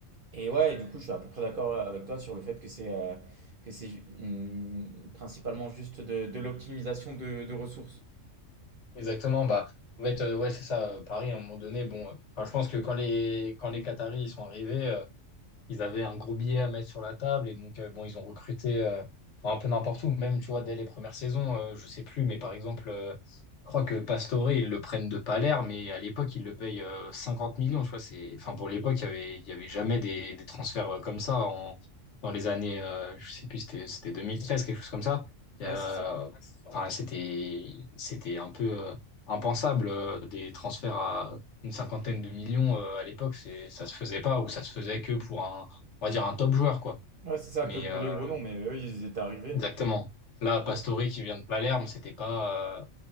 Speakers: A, on the right (about 55°); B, on the left (about 65°).
A: et ouais, du coup, je suis à peu près d'accord avec toi sur le fait que c'est euh, que c'est une- principalement juste de, de l'optimisation de, de ressources.
B: exactement. Bah, en fait, euh, ouais, c'est ça. euh, Paris, à un moment donné, bon, euh, enfin, je pense que quand les, quand les Qataris ils sont arrivés, euh, ils avaient un gros billet à mettre sur la table et donc euh, bon ils ont recruté euh, enfin, un peu n'importe où même tu vois dès les premières saisons euh, je sais plus mais par exemple euh, je crois que Pastore ils le prennent de Palerme mais à l'époque ils le payent euh, 50 millions tu vois c'est enfin pour l'époque il y avait il y avait jamais des, des transferts euh, comme ça en dans les années euh, je sais plus c'était c'était 2013 quelque chose comme ça Et,
A: Ouais,
B: euh,
A: c'est ça.
B: enfin c'était c'était un peu euh, impensable euh, des transferts à une cinquantaine de millions euh, à l'époque, c'est ça se faisait pas ou ça se faisait que pour un, on va dire un top joueur quoi.
A: Ouais, c'est ça
B: Mais
A: que pour
B: euh,
A: les gros noms, mais eux, ils étaient arrivés.
B: exactement. Là, Pastore
A: Ouais.
B: qui vient de Palerme, c'était pas,